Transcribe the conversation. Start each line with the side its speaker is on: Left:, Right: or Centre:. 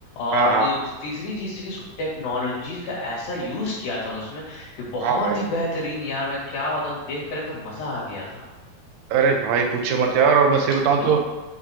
Left: और
Right: हाँ हाँ
Left: दूसरी तीसरी चीज थी कि टेक्नोलॉजी का ऐसा यूज किया था उसमें कि बहुत
Right: हाँ भाई
Left: ही बेहतरीन यार मैं क्या बताऊं देख कर एकदम मजा आ गया था
Right: अरे भाई पूछो मत यार और मैं सही बताऊं
Left: एकदम
Right: तो